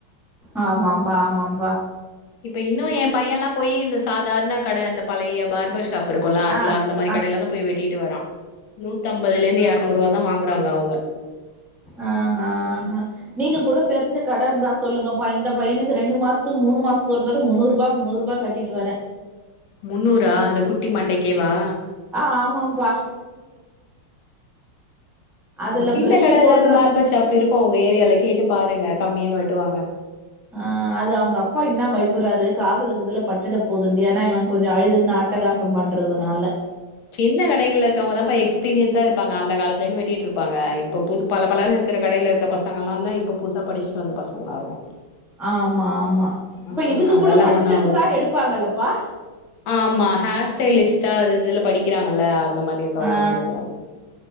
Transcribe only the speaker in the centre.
ஆமாம்பா ஆமாம்பா
ஆ
ஆ
அ ஹ அ ஹ நீங்க கூட தெரிஞ்ச கட இருந்தா சொல்லுங்கப்பா இந்த பையனுக்கு ரெண்டு மாசத்துக்கு மூணு மாசத்துக்கு ஒரு தடவ முன்னூறு ரூபா முன்னூறு ரூபா கட்டி கிட்டு வரே
அ ஆமாம்பா அதுல
பிரஷ்ஷு
போடுற
அ அது அவங்க அப்பா என்ன பயப்படுறாரு காதுலகீதுல பட்டிட போது ஏன்னா இவங்க கொஞ்சோ அழுதுக்குன்ன அட்டகாச <unintelligible> பண்ணுறதுனால
ஆமா ஆமா இப்ப
இதுக்கு
கூட படிச்சவங்க
தா எடுப்பாங்கல்லப்பா
ஆ